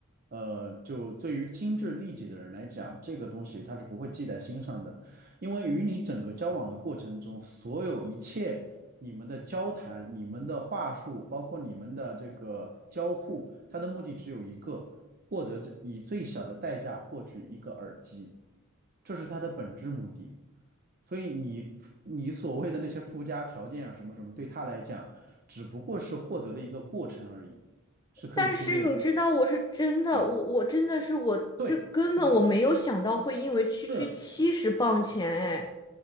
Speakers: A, on the right; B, on the left.
A: 呃，就对于精致利己的人来讲，这个东西他是不会记在心上的，因为与你整个交往的过程中，所有一切你们的交谈、你们的话术，包括你们的这个交互，它的目的只有一个，获得这以最小的代价获取一个耳机，这是它的本质目的。所以你你所谓的那些附加条件啊，什么什么，对他来讲。只不过是获得的一个过程而已，是可以忽略的。
B: 但是你知道，我是真的，
A: 嗯，
B: 我我真的是我这根本我没有想到会因为区区七十磅钱，
A: 对，你是，
B: 哎，